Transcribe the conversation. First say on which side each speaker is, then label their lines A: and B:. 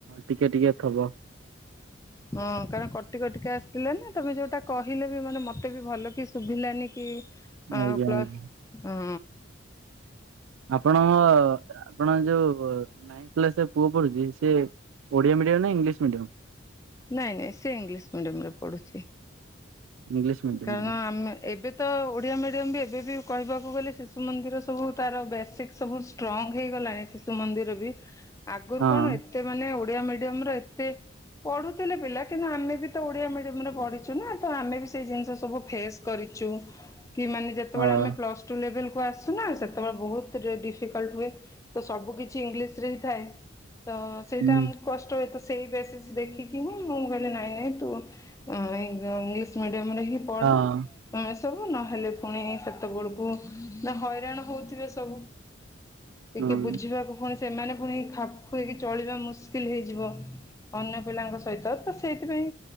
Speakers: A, on the right; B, on the left.
A: ଟିକେ ଟିକେ ଥବ।
B: ହଁ କାରଣ କଟି କଟିକେ ଆସିଥିଲେ ନା ତମେ ଯୋଉଟା କହିଲେ ବି ମାନେ ମତେ ବି ଭଲ କି ଶୁଭିଲାନି କି। ହ
A: ଆଜ୍ଞା
B: ପ୍ଲସ୍
A: ଆଜ୍ଞା
B: ହ।
A: ଆପଣ ଆପଣ ଯୋଉ ନାଇନ୍ଥ କ୍ଲାସରେ ପୁଅ ପଢୁଛି ସେ ଓଡ଼ିଆ ମିଡିୟମ ନା ଇଂଲିଶ ମିଡିୟମ।
B: ନାଇଁ ନାଇଁ ସେ ଇଂଲିଶ ମିଡିୟମ ରେ ପଢୁଛି।
A: ଇଂଲିଶ ମିଡିୟମ
B: କାରଣ ଆମେ ଏବେ ତ ଓଡ଼ିଆ ମିଡ଼ିୟମ ବି ଏବେ ବି କହିବାକୁ ଗଲେ ଶିଶୁ ମନ୍ଦିର ସବୁ ତାର ବେସିକ୍ସ। ସବୁ ଷ୍ଟ୍ରଙ୍ଗ ହେଇଗଲାଣି ଶିଶୁ ମନ୍ଦିର ବି ଆଗରୁ
A: ହଁ
B: କଣ ଏ ଏତେ ମାନେ ଓଡିଆ ମିଡିୟମ ର ଏତେ ପଢୁଥିଲେ ପିଲା କିନ୍ତୁ ଆମେ ବି ତ ଓଡିଆ ମିଡିୟମ ରେ ପଢିଛୁ ନା ତ ଆମେ ବି ଜିନିଷ ସବୁ ଫେସ କରିଛୁ ଯେତେବେଳେ
A: ହଁ
B: ଆମେ ପ୍ଲୁସ ଆସୁ ନା ସେତେବେଳେ ବହୁତ ଡିଫିକେଲତ ହୁଏ ତ ସବୁ କିଛି ଇଂଲିଶ ଥାଏ ତ ସେଇଟା
A: ହୁଁ
B: ଆମକୁ କଷ୍ଟ ହୁଏ ତ ସେଇ ବେସିସ୍ ଦେଖିକି ହିଁ ମୁଁ କହିଲି ନାଇଁ ନାଇଁ ତୁ ମିଡିମ ରେ ହିଁ ପଢେ
A: ହଁ
B: ସବୁ ନହେଲେ ପୁଣି ସେତେବେଳକୁ ନା ହଇରାଣ ହଉଥିବେ ସବୁ ଟିକେ
A: ହଁ
B: ବୁଝିବାକୁ କଣ? ସେମାନେ ପୁଣି ଖାପ ଖୁଆଇକି ଚଳିବା ମୁସ୍କିଲ ହେଇଯିବ ଅନ୍ୟ ପିଲାଙ୍କ ସହିତ ତ ସେ ସେଥିପାଇଁ